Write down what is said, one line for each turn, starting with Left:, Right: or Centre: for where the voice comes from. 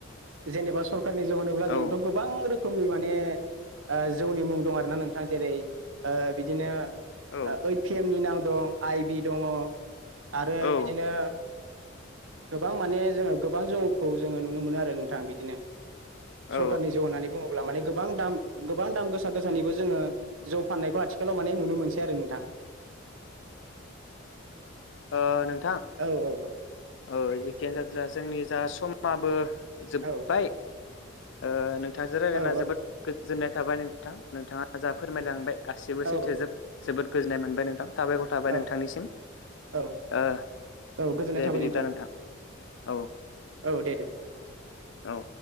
Right: जेनेबा सरखारारनि जौ होनोब्ला जोंथ'
Left: औ
Right: गोबां रोखोम मनि माने ओ जौनि मुं दं आरोना नोंथां ओ जेरै बिदिनो
Left: औ
Right: ओइद पि एम नि नाम दं, आइ बि दङ आरो
Left: औ
Right: बिदिनो गोबां माने जोङो गोबां जौखौ जोङो नुनो मोनो आरो नोंथां बिदिनो
Left: औ
Right: सरखारनि जौ होननानैु बुङोब्ला माने गोबां दाम गोबां दाम गोसा गोसानिबो जोङो जौ फाननायखौ आथिखालाव माने नुनो मोनसै आरो नोंथां
Left: अ नों
Right: औ औ
Left: औ जेखियानो जादोला जोंनि जा समाबो जोबबाय
Right: औ
Left: ओ नोंथाजो रायलायना
Right: औ
Left: जोबोद गोजोननाय थाबाय नोंथां नोंथाङा जा फोरमायलांबाय गासिबो
Right: औ
Left: सैथो जोब जोबोद गोजोननाय मोनबाय नोंथां थाबायख'र थाबाय
Right: औ
Left: नोंथांनिसिम
Right: औ
Left: ओ
Right: औ गोजोननाय
Left: दे
Right: थाबाय
Left: बिदिब्ला
Right: नों- थां
Left: नोंथां औ
Right: औ दे दे
Left: औ